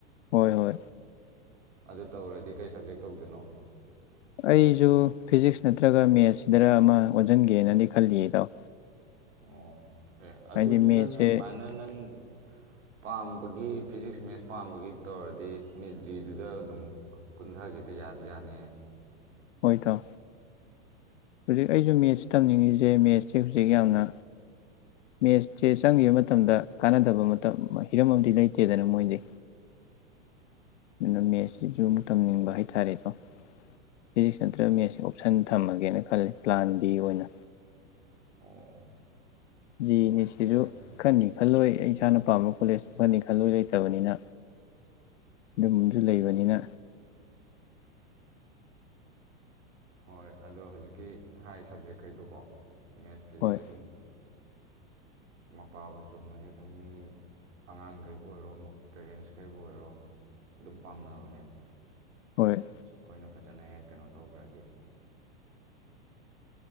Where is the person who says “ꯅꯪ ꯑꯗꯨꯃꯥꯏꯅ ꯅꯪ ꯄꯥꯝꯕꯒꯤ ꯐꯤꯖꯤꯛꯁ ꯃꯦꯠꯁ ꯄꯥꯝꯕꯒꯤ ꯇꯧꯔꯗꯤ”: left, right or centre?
Right